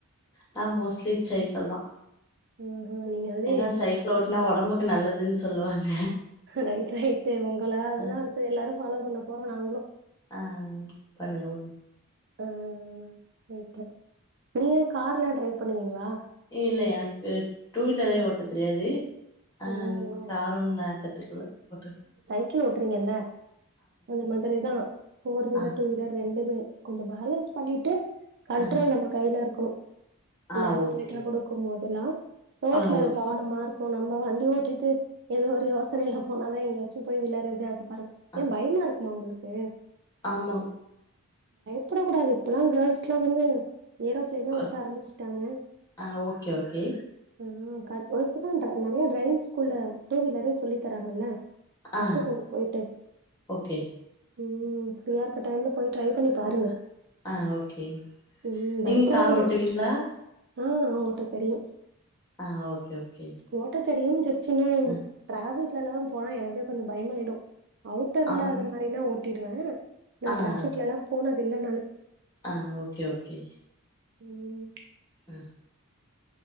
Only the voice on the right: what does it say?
ஆஹா நீங்க அதே
ரைட் ரைட்டு உங்களாலதா
அடுத்து எல்லாரு ஃபாலோ பண்ண போறோ நாங்களு
ஆ ஆ இப்பொ நீங்க கார்ல்லா டிரைவ் பண்ணுவீங்களா
ஓ ஓ
க்கிள் ஓட்டுறீங்கல்ல அந் மாதிரிதா ஃபோர் வீலர்
டூ வீலர் ரெண்டுமே கொஞ்ச பேலன்ஸ் பண்ணிட்டு கண்ட்ரோல்
நம்ம கையில இருக்கணு இந்த
ஆக்சிலேட்டர்
குடு க்கும் போதெல்லா ரோட்ல
கவனமா இருக்கு நம்ம வண்டி ஓட்டிட்டு ஏதோ ஒரு யோசனைல போனாதா எங்கயாச்சு போய் விளறது அது மாரி
ஏ பயமா இருக்குமா உங்களுக்கு
ப்புடக்க இப்பல்லா கேர்ள்ஸ்லா வந்து ஏரோ பிளைனே ஓட்ட
ஆரம்பிச்சுட்டாங்க
ஆ கத் இப்போதா ட்ர நறைய டிரைவிங் ஸ்கூல்ல டூ வீலரே சொல்லி தராங்கல்ல கத்துக்கோங்க
போயிட்டு
ம் ஃப்ரீயா இருக்க டைம்ல போய் ட்ரை பண்ணி பாருங்க
ம்
பயப்படாதீங்க
ஆ ஓட்ட தெரியு
ஓட்ட தெரியு ஜஸ்ட் இன்னு
டிராஃபிக்ல எல்லா போனா எனக்கே கொஞ்ச பயமாயிடு அவுட்டர்ல
அது மாரினா ஓட்டிடுவே நா
டிராஃபிக்லல்லா போனது இல்ல நானு
ம்